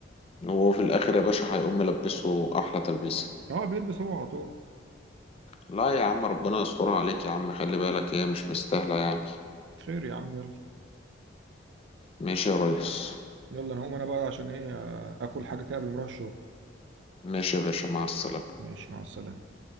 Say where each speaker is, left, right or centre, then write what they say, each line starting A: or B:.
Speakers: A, on the left; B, on the right.
A: هو في الاخر يا باشا هيقوم ملبسه احلى تلبيسه
B: هو بيلبس هو على طول
A: لا يا عم ربنا يسترها عليك يا عم خلي بالك هي مش مستاهله يعني
B: خير يا عم يلا
A: ماشي يا ريس
B: يلا انا هقوم انا بقى عشان ايه آه، اكل حاجه كده قبل ما اروح الشغل
A: ماشي يا باشا مع السلامه
B: ماشي مع السلامة